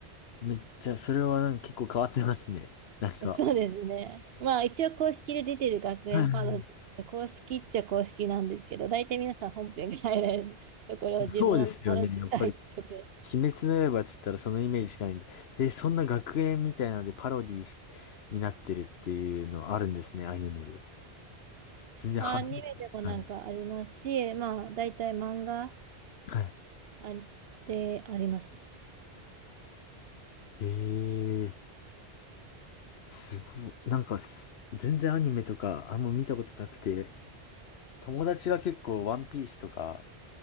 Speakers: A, on the left; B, on the right.
A: めっちゃ、それはなんか結構変わってますね。なんか。
B: <laughs> そうですね。まあ一応公式で出てる学園パロディで、
A: はい。
B: 公式っちゃ公式なんですけど、大体皆さん本編が入れるところを <laughs> 自分はパロディから入ってて、
A: そうですよね。やっぱり。鬼滅の刃っつったらそのイメージしかないんで、え、そんな学園みたいなのでパロディしになってるっていうのあるんですね、アニメで。全然初めて聞いたんで。
B: アニメでもなんかありますし、まあ大体漫画
A: はい。
B: あでありますね。
A: えー、すごい。なんかす、全然アニメとかあんま見たことなくて、友達が結構ワンピースとか